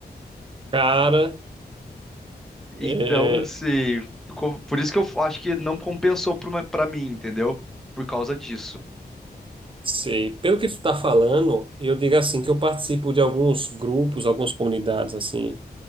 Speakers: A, on the right (about 30°); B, in the centre.
A: Cara,
B: Então,
A: é,
B: assim, ficou- por isso que eu acho que não compensou pro me- pra mim, entendeu? Por causa disso.
A: sei. Pelo que tu tá falando, eu digo assim que eu participo de alguns grupos, algumas comunidades assim,